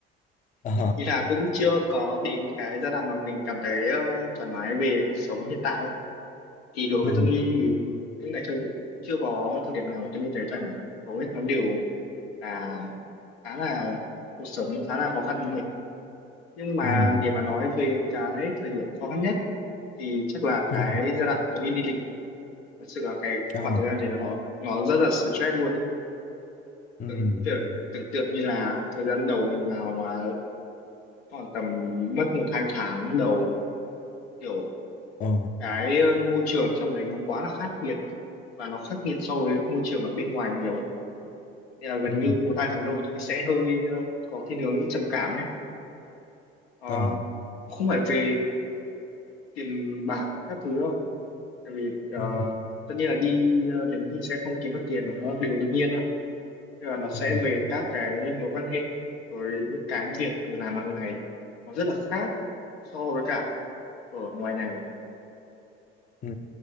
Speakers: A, on the left; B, on the left.
A: ờ
B: ý là cũng chưa có đến cái giai đoạn mà mình cảm thấy ờ, thoải mái về cuộc sống hiện tại ấy. thì đối
A: ừ
B: với Tuấn Huy thì những cái thời chưa có thời điểm nào mà Tuấn Huy thấy thoải mái hầu hết nó đều là khá là cuộc sống khá là khó khăn nhưng mà
A: ừ
B: để mà nói về cái thời điểm khó khăn nhất thì chắc là cái
A: ừ
B: giai đoạn tôi đi đi lính thật sự là cái khoảng
A: ờ
B: thời gian đấy nó nó rất là stress luôn ấy
A: ừ
B: tưởng tưởng tưởng tượng như là thời gian đầu mình vào và khoảng tầm mất một hai tháng đầu kiểu
A: ờ
B: cái ờ, môi trường trong đấy nó quá là khác biệt và nó khắc nghiệt so với môi trường ở bên ngoài nhiều ấy nên là gần
A: ừ
B: như một hai tháng đầu tôi sẽ hơi ờ, có thiên hướng trầm cảm ấy Ờ,
A: ờ
B: không phải về tiền bạc các thứ đâu Tại vì ờ,
A: ừ
B: tất nhiên là đi ờ, đến thì sẽ không kiếm được tiền nó là điều đương nhiên thôi nhưng mà nó sẽ
A: ừ
B: về các cái mối quan hệ với những cái việc mình làm hàng ngày nó rất là khác so với cả ở ngoài này
A: Ừ,